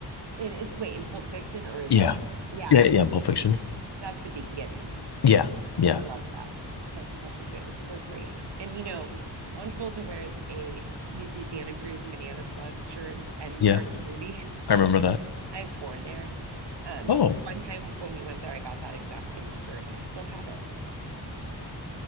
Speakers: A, on the right; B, on the left.
A: It is, wait, in Pulp Fiction or is
B: Yeah.
A: that Rev- Yeah,
B: Yeah,
A: Pulp
B: yeah, Pulp
A: Fiction.
B: Fiction.
A: That's the beginning.
B: Yeah, yeah,
A: I love that. That's such a good, it's so great. And you know, John Travolta wears a UC Santa Cruz Banana Slugs shirt and
B: yeah.
A: part of the movie.
B: I remember that.
A: <laughs> I was born there. Um,
B: Oh,
A: so one time when we went there, I got that exact same shirt and I still have it.